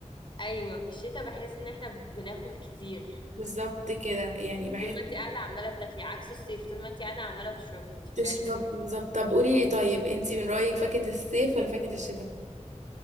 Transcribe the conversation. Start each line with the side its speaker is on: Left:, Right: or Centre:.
Left: ايوه في الشتاء بحس ان احنا بناكل كتير
Right: بالظبط كده يعني بحس
Left: طول ما انت قاعده عماله بتاكلي عكس الصيف طول ما انت قاعده عماله بتشربي انت مش
Right: تشرب
Left: عايزه تاكلي
Right: بالظبط طب قولي لي طيب انتي من رأيك فاكهة الصيف ولا فاكهة الشتاء؟